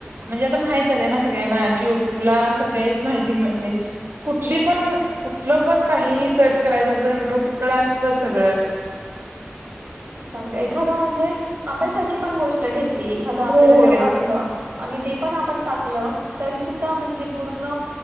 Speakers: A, on the right (about 80°); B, on the right (about 60°).
A: म्हणजे आता माहीत झालंय ना सगळ्यांना कि, युट्यूबला सगळेच माहिती मिळते. कुठली पण, कुठलं पण काहीही सर्च करायचं तर, युट्यूब कड असतच सगळं.
B: चांगल एखादा म्हण जे अभ्यासाची पण गोष्ट लगेच एखादं आपल्याला
A: हो, होय.
B: काही आडलं. आणि ते पण आपण टाकलं, तरी सुद्धा म्हणजे पूर्ण